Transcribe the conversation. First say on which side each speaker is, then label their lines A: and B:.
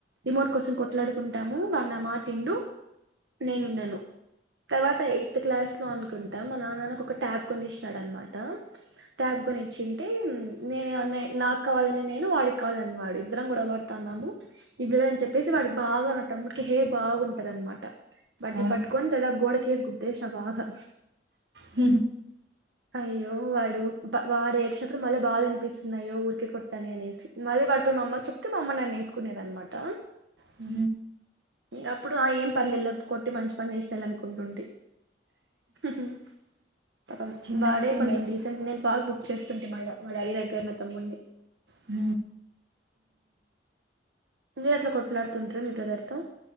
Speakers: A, on the right; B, on the right.
A: రిమోట్ కోసమ్ కొట్లాడుకుంటాము వాని నా మాట విండు నేను వినను. తర్వాత ఎయిత్ క్లాస్ లో అనుకుంటా మా నాన్న ఒక ఒక ట్యాబ్ కొనిచ్చినాడు అనమాట ట్యాబ్ కొనిచ్చింటే నేను అ నాకు కావాలని నేను వాడికి కాదని వాడు ఇద్దరం గొడవడుతున్నాము ఇ చెప్పేసి వాడు బాగా నా తమ్ముడికి హెయిర్ బాగుంటది అనమాట బట్ది
B: అవును
A: పట్టుకొని గోడ కేేస్ గుద్దేసిన బాగా
B: హ
A: అయ్యో వాడు వాడ ఏడ్చినప్పుడు మళ్ళీ బాధ అనిపిస్తున్నాయో ఊరికే కొట్టని అనేసి మళ్ళీ వా పోయి మా అమ్మ కి చెప్తే మామ్మ నన్ను వేసుకునేది అనమాట
B: హ
A: అప్పుడు ఆ ఏం పర్లెలో కొట్టి మంచి పని చేసిన అనుకుంటుంటి హ్ పాపం
B: చిన్నప్పుడు
A: వాడే కొంచం
B: మే
A: డీసెంట్ నేను బాగ చేస్తుంటే మా మా డాడీ దగ్గర మా తమ్ముని
B: హ
A: మీరు అట్లా కొట్లాడుతుంటారు మీ బ్రదర్ తో